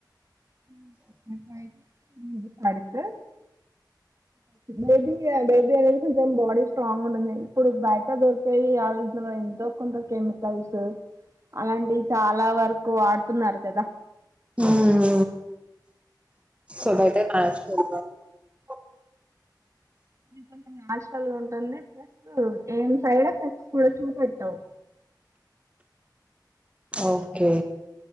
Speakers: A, on the right; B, on the right.
A: <unintelligible> అడుతె బేబీ ఆయిల్ ఇ అనేది కొంచెం బాడీ స్ట్రాంగ్ ఉంటుంది ఇప్పుడు బయట దొరికేవి అందులో ఎంతో కొంత కెమికల్స్ అలాంటివి చాలా వరకు వాడుతున్నారు కదా
B: ఉమ్ సోభయతే కా <unintelligible>
A: నీ ఫ్రెండ్స్ అందరూ హస్టల్ లో ఉంటుంది రెస్ట్ రూమ్ ఏం సైడక ట్యూషన్ పెడతావ్
B: ఓకే